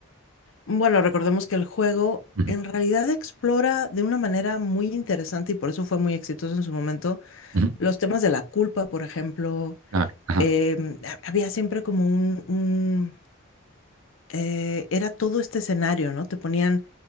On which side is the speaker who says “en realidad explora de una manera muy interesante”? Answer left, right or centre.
Left